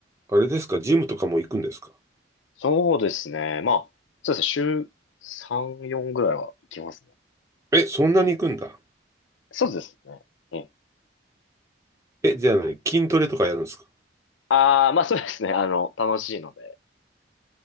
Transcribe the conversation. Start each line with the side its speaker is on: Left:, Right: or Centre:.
Right: あれですかジムとかも行くんですか
Left: そうですね。まあ、そうですね。週3、4ぐらいは行きますね。
Right: え、そんなに行くんだ。
Left: そうですね。ええ。
Right: え、じゃあ何筋トレとかやるんですか
Left: ああ、まあそうですね。あの、楽しいので。